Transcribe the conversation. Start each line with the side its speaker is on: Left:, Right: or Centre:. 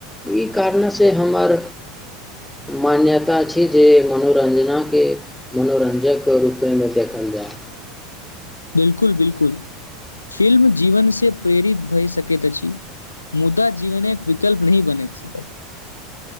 Centre: ई कारणसँ हमर मान्यता छी जे मनोरञ्जनाके मनोरञ्जकके रूपेमे देखल जाय
Left: बिलकुल बिलकुल फिल्म जीवन से प्रेरित भए सकैत अछि मुदा जीवन एक विकल्प नह बने छै